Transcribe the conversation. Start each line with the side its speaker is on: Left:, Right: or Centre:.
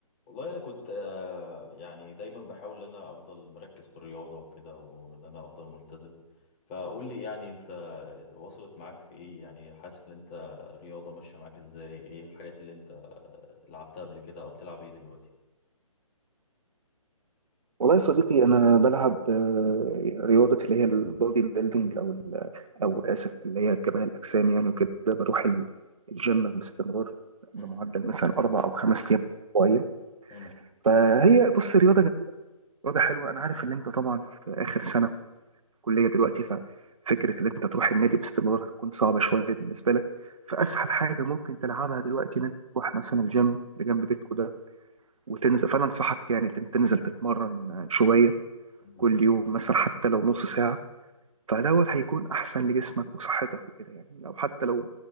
Left: والله انا كنت آه، يعني دايما بحاول ان انا افضل مركز في الرياضه وكده وان انا افضل ملتزم فقول لي يعني انت وصلت معاك في ايه يعني حاسس ان انت الرياضه ماشيه معاك ازاي ايه الحاجات اللي انت آه، لعبتها قبل كده او بتلعب ايه دلوقتي
Right: والله يا صديقي انا بلعب آه، رياضه اللي هي البودي بيلدينج او ال- او اسف اللي هي كمال الاجسام يعني وكده بروح ال- الجيم باستمرار بمعدل
Left: امم
Right: مثلا اربع او خمس ايام اسبوعيا
Left: امم
Right: فهي بص رياضه جميله رياضه حلوه انا عارف ان انت طبعا في اخر سنه كليه دلوقتي ففكره ان انت تروح النادي باستمرار هتكون صعبه شويه بالنسبه لك فاسهل
Left: ايه
Right: حاجه ممكن تلعبها دلوقتي ان انت تروح مثلا الجيم اللي جنب بيتكو ده وتنزل فانا انصحك يعني تن- تنزل تتمرن شويه
Left: مم.
Right: كل يوم مثلا حتى لو نص ساعة فدوت هيكون أحسن لجسمك وصحتك وكده يعني لو حتى لو